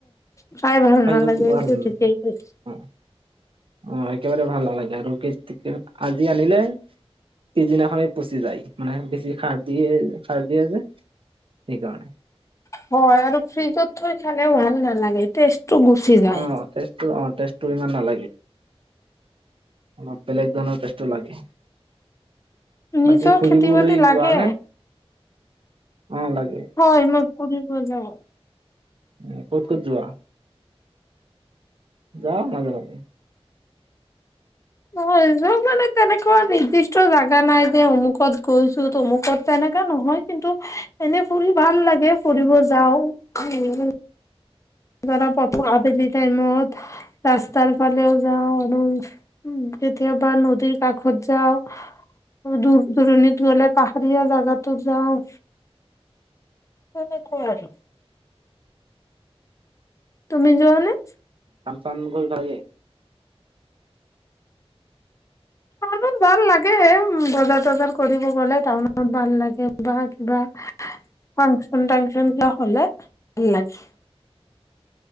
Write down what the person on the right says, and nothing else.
খাইও
ভাল
নালাগে অ', একেবাৰে ভাল নালাগে আৰু <inaudible> আজি আনিলে পিছদিনাখনেই পচি যায় মানে বেছি সাৰ দিয়ে সাৰ দিয়ে যে সেইকাৰণে।
অ', টেষ্টটো অ', টেষ্টটো ইমান নালাগে। অলপ বেলেগ ধৰণৰ টেষ্টটো লাগে
বাকী ফুৰিবলৈ
যোৱানে? অ', লাগে।
উম, ক'ত ক'ত যোৱা? যাওঁ মাজে মাজে।
কাম চাম নকৰিবা <unintelligible>